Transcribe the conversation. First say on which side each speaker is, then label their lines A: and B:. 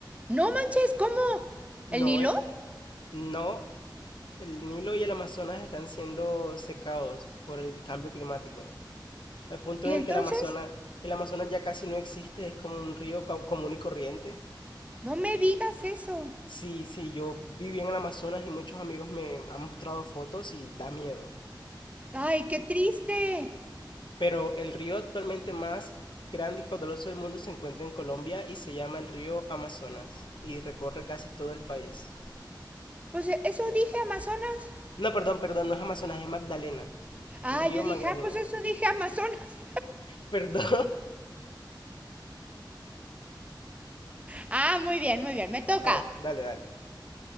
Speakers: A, on the right; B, on the left.
A: No manches, ¿cómo?
B: No,
A: ¿El Nilo?
B: eh. No, El Nilo y el Amazonas están siendo secados por el cambio climático, al punto
A: ¿Y
B: en el
A: entonces?
B: que el Amazonas, el Amazonas ya casi no existe, es como un río co- común y corriente.
A: No me digas eso.
B: Sí, sí, yo viví en el Amazonas y muchos amigos me han mostrado fotos y da miedo.
A: Ay, qué triste.
B: Pero el río actualmente más grande y caudaloso del mundo se encuentra en Colombia y se llama el río Amazonas y recorre casi todo el país.
A: Pues eh, eso dije, Amazonas.
B: No, perdón, perdón, no es Amazonas, es Magdalena.
A: Ah,
B: El río
A: yo
B: Magdalena.
A: dije, ah, pues eso dije, Amazonas.
B: <laughs> Perdón.
A: Ah, muy bien, muy bien, me toca.
B: A ver, dale, dale.